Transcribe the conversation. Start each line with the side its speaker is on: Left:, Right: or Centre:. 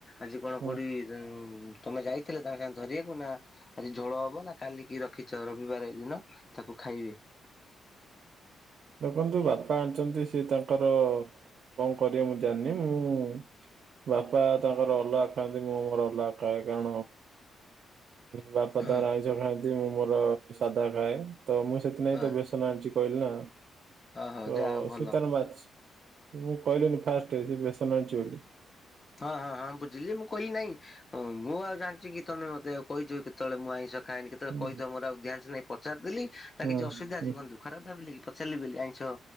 Left: ଆଜି କଣ
Right: ହୁଁ
Left: କୋଉଠି ତମେ ଯାଇଥିଲେ ତାଙ୍କ ସାଙ୍ଗେ ଧରିବାକୁ ନା ଆଜି ଝୋଳ ହବ ନା କାଲିିକି କିଛି ରବିବାର ଦିନ ତାକୁ ଖାଇବେ।
Right: ଦେଖନ୍ତୁ ବାପା ଆଣିଛନ୍ତି ସେ ତାଙ୍କର କଣ କରିବେ ମୁଁ ଜାଣିନି ମୁଁ ବାପା ତାଙ୍କର ଅଲଗା ଖାଆନ୍ତି ମୁଁ ମର ଅଲଗା ଖାଏ କାରଣ ବାପା
Left: ହଁ
Right: ତ ଆଇଁସ ଖାଆନ୍ତି ମୁଁ ମୋର ସାଧା ଖାଏ ତ ମୁଁ ସେଥିନାଇଁ
Left: ହଁ
Right: ତ ବସ୍ତ <unintelligible> କହିଲେ ନା
Left: ହଁ ହଁ
Right: ତ
Left: ଯାହା ହଉ ଭଲ।
Right: ଶୀତାନ ମାଚ ମୁଁ କହିଲିନି ଫାଷ୍ଟ ସେ ବେସନ ଆଣିଛି ବୋଲି।
Left: ହଁ ହଁ ହଁ ବୁଝିଲି ଯେ ମୁଁ କଇଲି ନାଇଁ ଓଁ ମୁଁ ଆଉ ଜାଣିଛି କି ତମେ ମତେ ଆ କହିଛ କି କେତେବେଳେ ମୁଁ ଆଇଁଷ ଖାଏନି କେ
Right: ହୁଁ
Left: କହି ତ ମୋର ଆଉ ଧ୍ୟାନସ ନାଇ ପଚାରଦେଲି ନା
Right: ହୁଁ
Left: କିଛି ଅସୁବିଧା
Right: ହୁଁ।
Left: ଅଛି କି ବନ୍ଧୁ ଖରାପ ଭାବିଲି କି ପଚାରିଲି ବେଲି ଆଇଁଷ